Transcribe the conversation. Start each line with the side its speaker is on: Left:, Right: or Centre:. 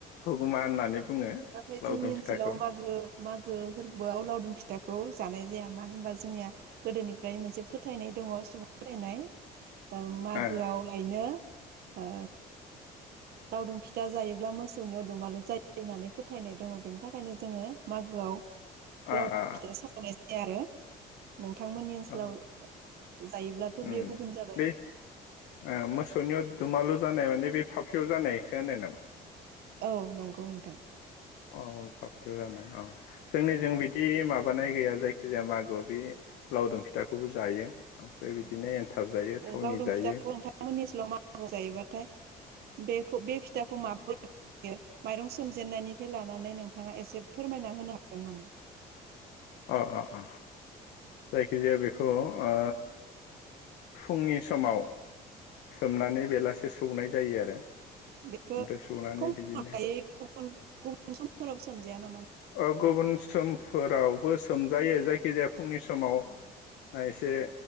Left: हुगुमा होननानै बुङो
Right: नाथाय
Left: लावदुम
Right: जोंनि ओनसोलाव
Left: फिथाखौ
Right: मागो मागो फोरबोआव लावदुम फिथा खौ जानाय जाया मानो होनबा जोंनिया गोदोनिफ्राय मोनसे फोथायनाय दङ सुबुं फोथायनाय। ओं मागोआव
Left: ओ
Right: लायनो ओ। लावदुम फिथा जायोब्ला मोसौनियाव दुमालु जायो होननानै फोथायनाय दङ बेनि थाखायनो जोङो मागोआव
Left: अ
Right: लावदुम
Left: अ
Right: फिथा सावनाय जाया आरो। नोंथांमोननि ओनसोलाव
Left: अ
Right: जायोब्लाथ' बेयो
Left: उम
Right: गुबुन जाबाय
Left: बे ओ मोसौनियाव दुमालु जानाय माने बे फाफ्लियाव जानायखो होनो नामा?
Right: औ नंगौ नोंथां।
Left: अ फाफ्लियाव जानाय अ जोंनि जों बिदि माबानाय गैया जायखिजाया मागोआव बे लावदुम फिथाखौबो जायो। ओमफ्राय बिदिनो
Right: औ
Left: एनथाब जायो
Right: ओ
Left: थावनि
Right: लावदुम
Left: जायो
Right: फिथाखौ नोंथांमोननि ओनसोलाव मागोआव जायोबाथाय बेखौ बे फिथाखौ माब्ला जायो माइरं सोमजेननायनिफाय लानानै नोंथाङा एसे फोरमायना होनो हागोन नामा?
Left: अ अ अ। जायखिजाया बेखौ ओ फुंनि समाव सोमनानै बेलासे सौनाय जायो आरो।
Right: बेखो
Left: ओमफ्राय सौनानै
Right: फुंआव
Left: बिदिनो
Right: <unintelligible> गुबुन गुबुन समफोराव सोमजाया नामा?
Left: ओ गुबुन समफोरावबो सोमजायो जायखिजाया फुंनि समाव ओ
Right: औ
Left: एसे